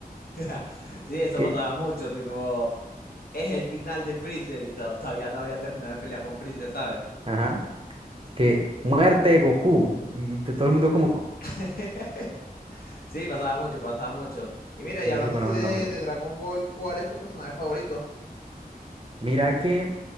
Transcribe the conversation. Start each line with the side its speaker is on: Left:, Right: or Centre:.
Left: <laughs> Sí, eso
Right: Que,
Left: pasaba mucho, tipo, es el final de Freezer y to- todavía no había terminado de pelear con Freezer, ¿sabes?
Right: ajá, que muerte de Goku y, t- todo el mundo como con
Left: <laughs> Sí, pasaba mucho, pasaba mucho. Y mira, y
Right: vicio
Left: hablando
Right: con
Left: así
Right: esos
Left: de,
Right: nombres.
Left: de Dragon Ball, ¿cuál es tu personaje favorito?
Right: Mira que